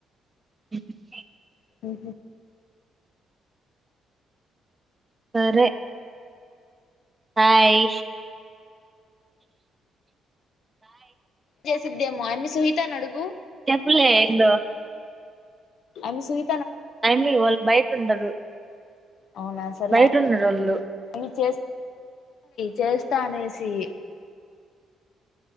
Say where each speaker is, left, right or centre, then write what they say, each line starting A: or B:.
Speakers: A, on the right; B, on the left.
A: మ్మ్
B: మ్మ్ హ్మ్
A: సరే హాయ్
B: చేసిద్దేమో అమి సునీత నీ అడుగు.
A: చెప్పులే ఏందో
B: అనసూయ.
A: టైం లో వాళ్ళు బయట ఉంటరు.
B: అవునా సర్లే
A: బయట ఉన్నారు ఒళ్ళు.
B: ఆమె చేసి చేస్తా అనేసి.